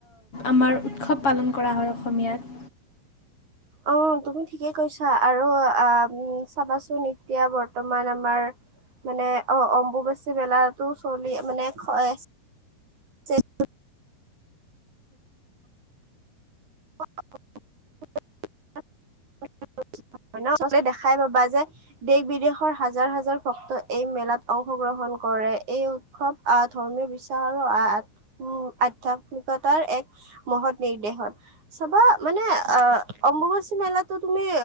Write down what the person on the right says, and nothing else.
অ তুমি ঠিকেই কৈছা, আৰু আহ চাবাচোন এতিয়া বৰ্তমান আমাৰ মানে অ অম্বুবাচী মেলাটো চলি মানে হয় আছে। <unintelligible> <unintelligible> <unintelligible> চবতে দেখাই পাবা যে, দেশ- বিদেশৰ হাজাৰ হাজাৰ ভক্ত এই মেলাত অংশগ্ৰ গ্ৰহণ কৰে এই উৎসৱ আহ ধৰ্মীয় বিশ্বাস আৰু উম আধ্যাত্মিকতাৰ এক মহৎ নিৰ্দেশন। চাবা মানে অ অম্বুবাচী মেলাতো তুমি